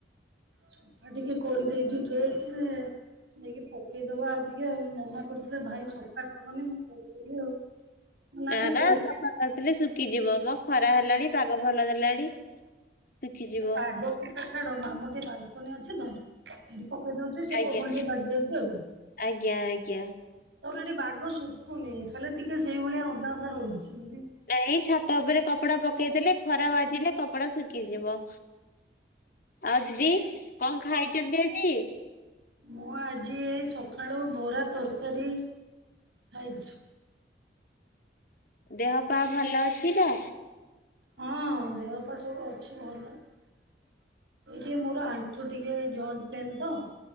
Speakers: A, on the right (about 80°); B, on the left (about 55°).
A: ସଫା ଟିକେ କରିଦେଇଚି ଡ୍ରେସ। ନେଇକି ପକେଇଦବା ଆଉ ଟିକେ ମନା କରୁଥିଲେ ଭାଇ ସଫା କରନି ମୁଁ କରଦେଲି ଆଉ।
B: ନା
A: ଟିକେ
B: ନା
A: କରି
B: ସଫା କରିଦେଲେ ଶୁଖିଯିବ ମ ଖରା ହେଲାଣି ପାଗ ଭଲ ଦେଲାଣି। ଶୁଖିଯିବ
A: ପାଗ ଛାଡ ମାମ ଟି ବାଲକୁନି ଅଛି ତ <unintelligible> ପକେଇ ଦଉଚି ସେ
B: ଆଜ୍ଞା
A: ପବନ ଟିକେ ବାଜିଆଉଛି ଆଉ।
B: ଆଜ୍ଞା ଆଜ୍ଞା।
A: <unintelligible> ଏଠି ବାଗ ଶୁଖୁନି। ଖାଲି ଟିକେ ସେଇଭଳିଆ ଓଦା ଓଦା ରହୁଛି ଏମିତି
B: ନାଇଁ ଛାତ ଉପରେ କପଡା ପକେଇଦେଲେ ଖରା ବାଜିଲେ କପଡା ଶୁ ଖୀ ଯିବ। ଆଉ ଦିଦି କଣ ଖାଇଛନ୍ତି ଆଜି?
A: ମୁଁ ଆଜି ଏଇ ସକାଳୁ ବରା, ତରକାରୀ ଖାଇଛୁ।
B: ଦେହ ପା ଭଲ ଅଛି ନା?
A: ହଁ ଦେହ ପା ସବୁ ଅଛି ଭଲ। ଏଇ ଟିକେ ମୋର ଆ ଣ୍ଠୁ ଟିକେ ଏ ଜଏଣ୍ଟ ପେନ୍ ତ।